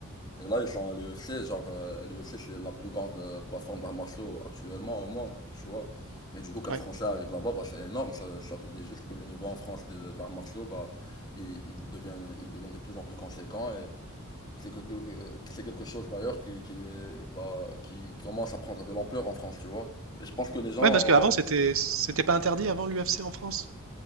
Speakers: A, on the left (about 20°); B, on the right (about 65°).
A: Et là, ils sont à l'UFC, genre, l'UFC, c'est la plus grande euh, plateforme d'arts martiaux actuellement au monde, tu vois. Et du coup, qu'un
B: ouais.
A: Français arrive là-bas, bah, c'est énorme. Ça, ça te dit juste que le niveau en France des, des arts martiaux, bah, il, il devient, il devient de plus en plus conséquent. Et c'est que, que- euh, c'est quelque chose d'ailleurs qui, qui, est, bah, qui commence à prendre de l'ampleur en France, tu vois. Et je pense que les gens
B: Ouais, parce
A: auront...
B: qu'avant, c'était c'était pas interdit avant l'UFC en France?